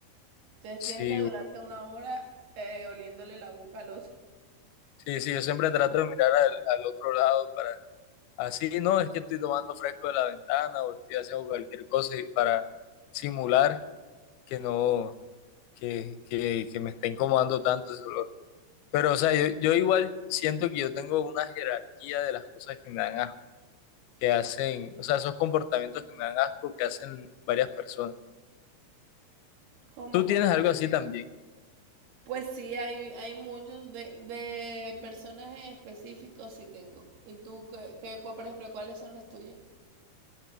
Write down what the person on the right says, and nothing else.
Entonces
tienes que durarte
una hora eh, oliéndole la boca al otro.
Como
que...
Pues sí, hay, hay muchos de, de personajes específicos sí tengo. ¿Y tú, qué, qué, cua- por ejemplo, cuáles son las tuyas?